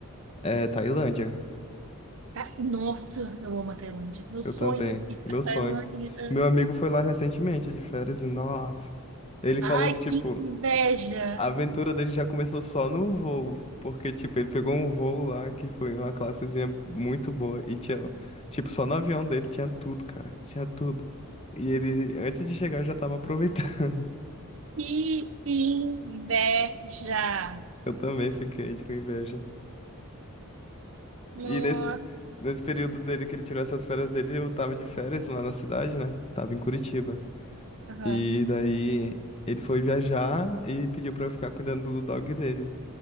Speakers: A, on the left; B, on the right.
A: é Tailândia.
B: Ah, Nossa, eu amo a Tailândia. Meu
A: Eu
B: sonho
A: também,
B: é ir pra
A: meu sonho.
B: Tailândia.
A: Meu amigo foi lá recentemente de férias e, nossa, ele
B: Ai,
A: falou que, tipo,
B: que inveja!
A: A aventura dele já começou só no voo, porque, tipo, ele pegou um voo lá que foi uma classezinha muito boa e tinha, tipo, só no avião dele tinha tudo, cara, tinha tudo. E ele, antes de chegar, já tava aproveitando. <laughs>
B: Que inveja!
A: Eu também fiquei de- com inveja.
B: Nossa!
A: E nesse, nesse período dele que ele tirou essas férias dele, eu tava de férias lá na cidade, né? Tava em Curitiba.
B: Aham.
A: E daí ele foi viajar e pediu pra eu ficar cuidando do dog dele.